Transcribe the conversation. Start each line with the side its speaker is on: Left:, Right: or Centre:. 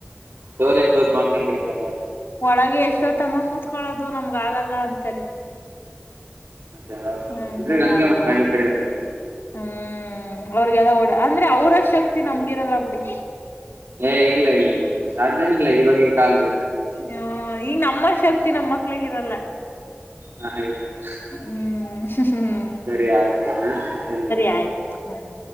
Right: ಡೋರ್ ಕ್ಲೋಸ್ ಮಾಡ್ಕೊಂಡ್ರಿ ಇರ್ತಾರೆ
Left: ಒಳಗೆ ಎಷ್ಟೋ ತಮ್ಮ ಕೂತ್ಕೊಳ್ಳೋದು ನಮ್ಗ ಆಗಲ್ಲ ಅಂತಾರೆ
Right: ಅ ಹೌದೌಲ್
Left: ಹಂಗಲ್ಲ
Right: ಹಂಗೆ
Left: ಆಗಲ್ಲ
Right: ಮತ್ತ ಹಳ್ಳಿ ಕಡೆದಗೆ
Left: ಹ್ಮ್ ಅವ್ರಗೆಲ್ಲ ಓಡ ಅಂದ್ರೆ ಅವ್ರ ಶಕ್ತಿ ನಮ್ಗಿರಲ್ಲ ಬಿಡಿ
Right: ಏ ಇಲ್ಲ ಇಲ್ಲ ಇಲ್ಲ ಸಾಧ್ಯನ ಇಲ್ಲ ಇವಾಗಿನ್ ಕಾಲ
Left: ಹ ಈಗ ನಮ್ಮ ಶಕ್ತಿ ನಮ್ಮ ಮಕ್ಳಗಿರಲ್ಲ
Right: ಹ ಹಾಗಲ್ಲ
Left: ಹ್ಮ್ ಹ್ಮ್
Right: ಸರಿ ಆಯ್ತು ಹಾ ಚೆನ್ನಾಗಿ
Left: ಆಯ್ತ